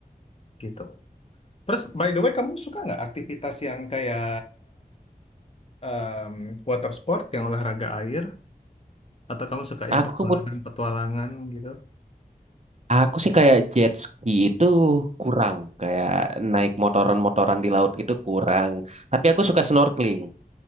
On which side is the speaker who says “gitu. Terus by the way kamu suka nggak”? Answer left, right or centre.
Left